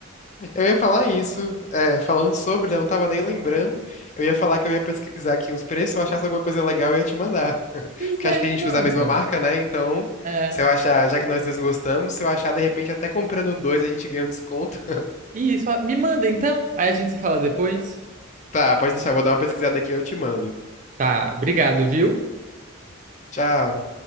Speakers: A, on the left; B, on the right.
A: Eu ia falar isso, é, falando sobre, né, eu não tava nem lembrando. Eu ia falar que eu ia pesquisar aqui uns preços, se eu achasse alguma coisa legal, eu ia te mandar. <laughs>
B: Pois
A: Porque
B: é,
A: acho que
B: me
A: a gente
B: manda.
A: usa a mesma marca, né? Então,
B: É,
A: se eu achar, já que nós dois gostamos, se eu achar, de repente, até comprando dois, a gente ganha um desconto. <laughs>
B: isso, me manda então, aí a gente se fala depois.
A: Tá, pode deixar, vou dar uma pesquisada aqui e eu te mando.
B: Tá, obrigado, viu?
A: Tchau.